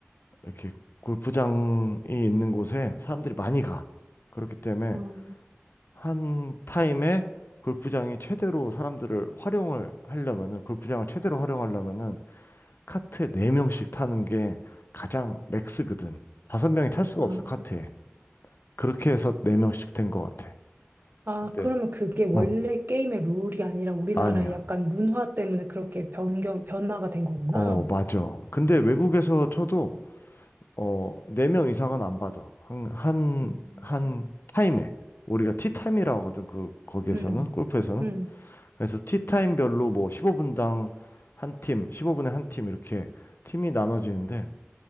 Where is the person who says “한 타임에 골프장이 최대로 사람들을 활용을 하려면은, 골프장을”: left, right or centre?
Left